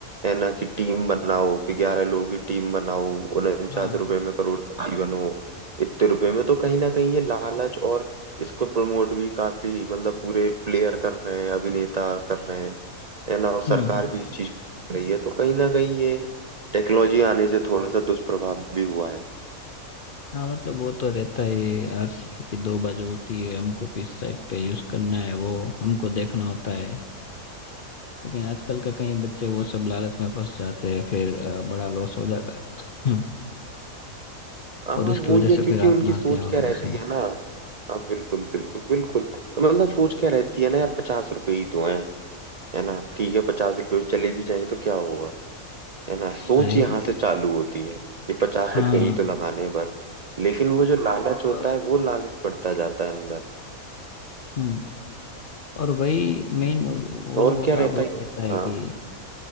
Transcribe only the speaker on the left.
हाँ
हम्म
हाँ मतलब वो तो रहता ही है हर सिक्के की दो बाजू होती है हमको किस साइड पे यूज करना है वो हमको देखना होता है लेकिन आजकल के कई बच्चे वो सब लालच में फंस जाते हैं फिर अ, बड़ा लॉस हो जाता है <laughs>
और इसकी
वजह
से
फिर आत्महत्या
और
वो
सब
आए
हाँ
और
हम्म, और वही मेन वो
लोगों
का
वही
रहता है
कि